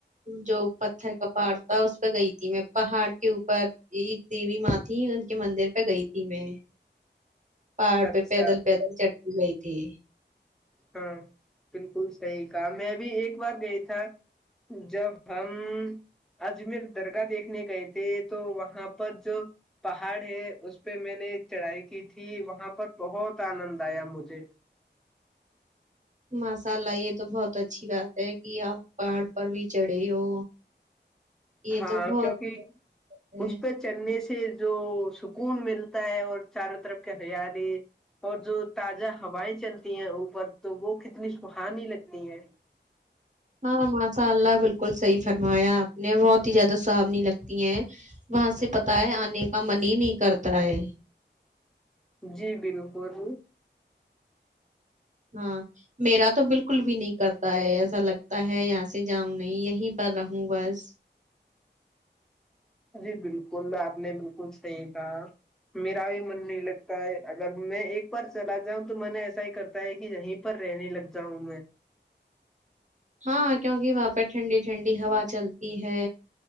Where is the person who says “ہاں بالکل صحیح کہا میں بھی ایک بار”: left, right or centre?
Centre